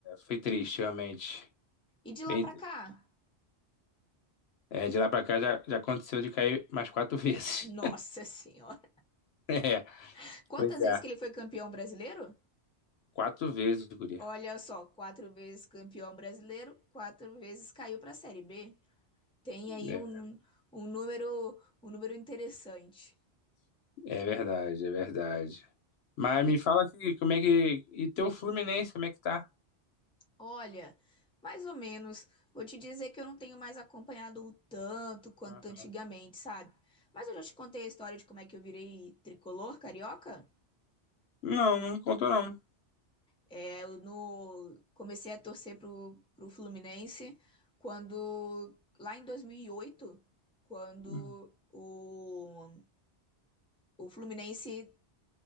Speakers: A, on the left; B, in the centre.
A: Foi triste, realmente.
B: E de lá
A: Bem
B: pra
A: triste.
B: cá?
A: É, de lá pra cá já, já aconteceu de cair mais quatro <laughs> vezes.
B: Nossa Senhora!
A: É,
B: <laughs> Quantas
A: pois é.
B: vezes que ele foi campeão brasileiro?
A: Quatro vezes, guria.
B: Olha só, quatro vezes campeão brasileiro, quatro vezes caiu pra Série B. Tem aí
A: É,
B: um, um número, um número interessante.
A: é verdade, é verdade. Mas
B: E
A: me fala aqui, como é que. E teu Fluminense, como é que tá?
B: Olha, mais ou menos. Vou te dizer que eu não tenho mais acompanhado o tanto quanto
A: Aham.
B: antigamente, sabe? Mas eu já te contei a história de como é que eu virei tricolor carioca.
A: Não, não contou não.
B: É, eu no... comecei a torcer pro, pro Fluminense quando, lá em 2008, quando
A: Uhum.
B: o, o Fluminense